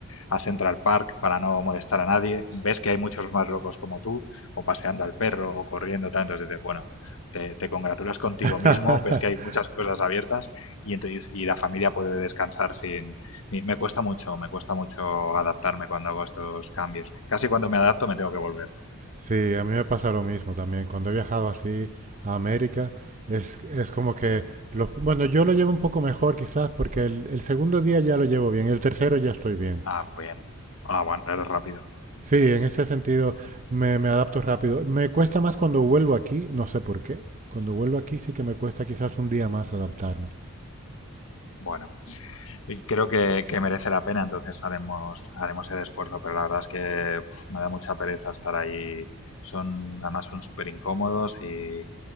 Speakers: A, on the left; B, on the right.
A: a Central Park para no molestar a nadie, ves que hay muchos más locos como tú, o paseando al perro, o corriendo, tanto entonces bueno, te, te congratulas contigo
B: <laughs>
A: mismo, ves que hay muchas cosas abiertas y, entonces, y la familia puede descansar sin... y Me cuesta mucho, me cuesta mucho adaptarme cuando hago estos cambios. Casi cuando me adapto me tengo que volver.
B: Sí, a mí me pasa lo mismo también. Cuando he viajado así a América, es, es como que... los- bueno, yo lo llevo un poco mejor quizás porque el, el segundo día ya lo llevo bien, el tercero ya estoy bien.
A: Ah, bien. Ah, bueno, eres rápido.
B: Sí, en ese sentido me, me adapto rápido. Me cuesta más cuando vuelvo aquí, no sé por qué. Cuando vuelvo aquí sí que me cuesta quizás un día más adaptarme.
A: Bueno. Y creo que, que merece la pena, entonces haremos, haremos el esfuerzo, pero la verdad es que uf, me da mucha pereza estar ahí. Son, además son súper incómodos y,